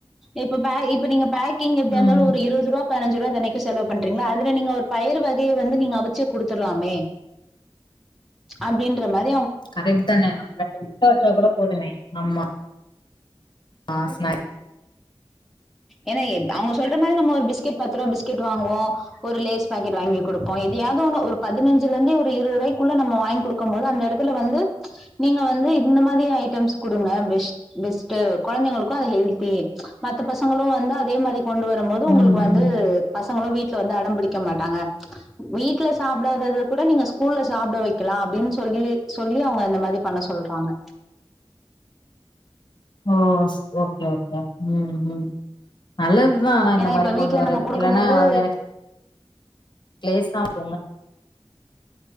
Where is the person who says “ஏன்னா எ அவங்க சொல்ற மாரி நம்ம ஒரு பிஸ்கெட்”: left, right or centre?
Centre